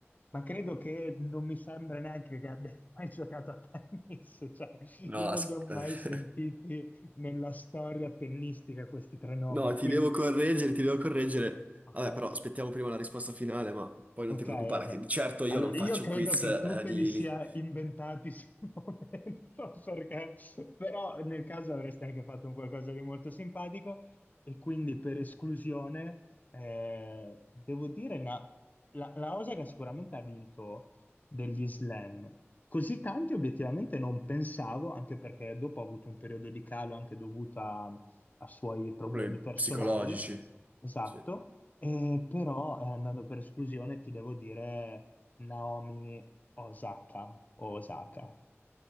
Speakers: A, on the left (about 35°); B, on the right (about 30°).
A: ma credo che non mi sembra neanche che abbia <laughs> mai giocato a tennis, cioè
B: No,
A: io non
B: as-
A: li ho mai
B: eh,
A: sentiti nella storia tennistica questi tre nomi,
B: no, ti
A: quindi
B: devo correggere, ti devo correggere.
A: ok.
B: Vabbè, però aspettiamo prima la risposta finale, ma poi
A: Ok,
B: non ti preoccupare,
A: ok.
B: che di certo io
A: Allora,
B: non faccio
A: io credo
B: quiz
A: che
B: eh,
A: tu te
B: di,
A: li sia
B: di
A: inventati sul <laughs> momento, perché però nel caso avresti anche fatto un qualcosa di molto simpatico e quindi per esclusione eh, devo dire na- la, la Osaka sicuramente ha vinto degli slam. Così tanti obiettivamente non pensavo, anche perché dopo ha avuto un periodo di calo anche dovuto a a suoi problemi
B: problemi
A: personali.
B: psicologici.
A: Esatto.
B: Sì.
A: Eh, però, eh, andando per esclusione, ti devo dire Naomi Osaka o Osaka.